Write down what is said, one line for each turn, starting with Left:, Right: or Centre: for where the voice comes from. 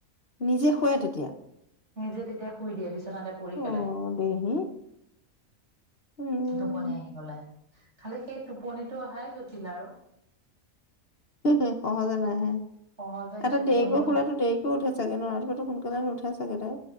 Left: নিজে শুৱে তেতিয়া।
Right: নিজে তেতিয়া শুই দিয়ে পিচ নাতে পৰি
Left: অ
Right: পেলাই
Left: দেহি উম
Right: টোপনি আহি গ'লে। খালি সেই টোপনিটো অহাই জটিল আৰু।
Left: এ সহজে নাহে
Right: সহজে সেই
Left: এটা
Right: টোপনিটো
Left: দেৰিকৈ শুলেটো
Right: নাহে
Left: দেৰিকও উঠে চাগে ন <unintelligible> সোন <unintelligible> নুঠে চাগে তাই